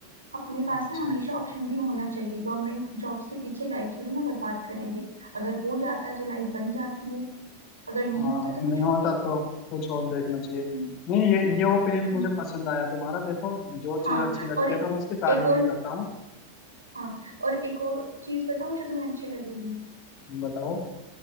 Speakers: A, on the right; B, on the left.
A: अपने पास
B: अच्छा
A: ना हमेशा ऑप्शन भी होना चाहिए गवर्नमेंट जॉब्स के पीछे लाइफ थोड़ी ना बर्बाद करेंगे अगर हो जाता है तो लाइफ बन जाती है अगर नहीं
B: हाँ
A: होता
B: नहीं
A: तो कुछ और
B: होता
A: देखो
B: तो कुछ और देखना चाहिए
A: हम्म,
B: नहीं ये ये ओपिनियन
A: हम्म,
B: मुझे पसंद आया तुम्हारा देखो जो चीज
A: हाँ
B: अच्छी लगती
A: और एक
B: है तो मैं उसकी तारीफ
A: और
B: भी करता हूँ
A: हाँ और एक और चीज बताऊं जो तुम्हें अच्छी लगेगी
B: बताओ